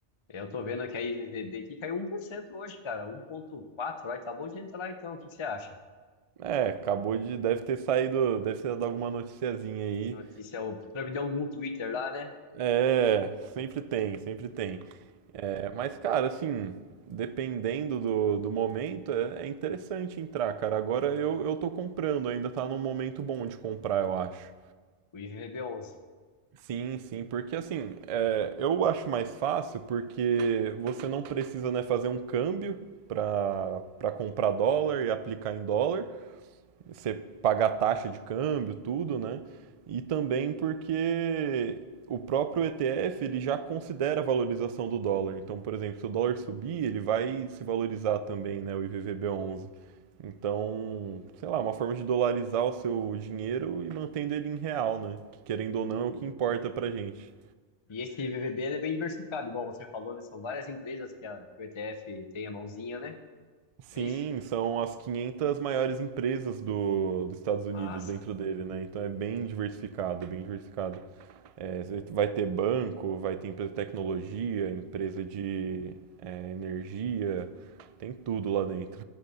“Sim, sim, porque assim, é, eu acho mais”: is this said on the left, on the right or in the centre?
Right